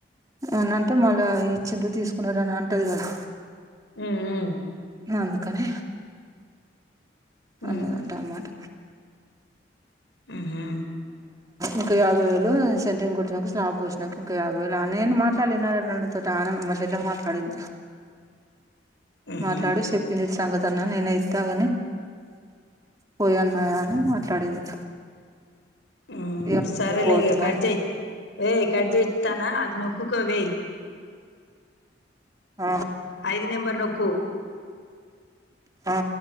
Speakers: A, on the right (about 20°); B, on the left (about 85°).
A: అన అంటే మలె చ్చిండ్రు తీసుకున్నారని అంటది కదా
B: ఉమ్
A: అందుకని
B: ఉమ్
A: అన్నదంటా అ మాట
B: ఉహు
A: ఇంకా యాభై వేలు సెంటరింగ్ కొట్టినాక స్లాబ్ పోస్నాంక ఇంకా యాభై వేలు అ నే మా ల్ ఇన్నదంట నాతొ తాన్, మా చెల్లె మాట్లాడింది
B: ఉహు
A: మాట్లాడు చెప్పింది సంగత అన్న నేనైతే అగానే పోయాన్నాయా అని మాట్లాడింది
B: ఆ
A: ఇగ
B: సరలే
A: పోతున్నా
B: ఇగ కడ్జెయ్ ఏయ్ కడ్జెతనా అది ను కుకో వేయ
A: ఆ
B: ఐదు నెంబర్ నొక్కు
A: ఆ